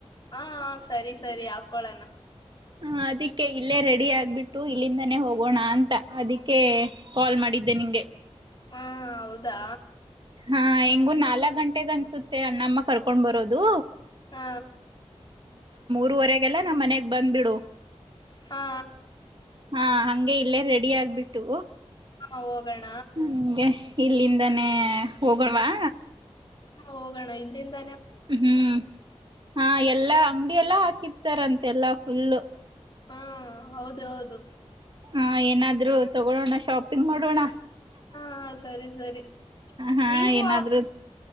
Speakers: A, on the left (about 40°); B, on the right (about 45°).
A: ಹ ಸರಿ ಸರಿ ಹಾಕ್ಕೊಳಣ
B: ಹ ಅದಿಕ್ಕೆ ಇಲ್ಲೇ ರೆಡಿ ಆಗ್ಬಿಟ್ಟು ಇಲ್ಲಿಂದಾನೇ ಹೋಗೋಣ ಅಂತ ಅದಕ್ಕೆ ಕಾಲ್ ಮಾಡಿದ್ದೆ ನಿಂಗೆ
A: ಹಾ ಹೌದಾ
B: ಹಾ ಹೆಂಗು ನಾಲ್ಕಕ್ ಗಂಟೆಗ ಅನ್ಸುತ್ತೆ ಅಣಮ್ಮ ಕರ್ಕೊಂಡ್ ಬರೋದು.
A: ಹ
B: ರುವರೆಗೆಲ್ಲ ನಮ್ಮ ಮನೆ ಬಂದ್ಬಿಡು
A: ಹಾ
B: ಹಾ ಹಂಗೆ ಇಲ್ಲೇ ರೆಡಿ ಆಗ್ಬಿಟ್ಟು
A: ಹ ಹೋಗೋಣ
B: ಹ್ಮಗೆ ಇಲ್ಲಿಂದನೇ ಹೋಗಣವಾ
A: ಹಾ ಹೋಗೋಣ ಇಲ್ಲಿಂದ.
B: ಹ್ಮ್ ಹಾ ಎಲ್ಲಾ ಅಂಗಡಿ ಎಲ್ಲಾ ಹಾಕಿತ್ತಾರಂತೆಲ್ಲಾ ಫುಲ್
A: ಹ್ಮ ಹೌದು ಹೌದು? <inaudible>
B: ಹಾ ಏನಾದ್ರು ತಗೊಳೋಣ ಶಾಪಿಂಗ್ ಮಾಡೋಣ
A: ಹಾ ಸರಿ ಸರಿ
B: ಹಾ
A: ನೀವು
B: ಏನಾದ್ರು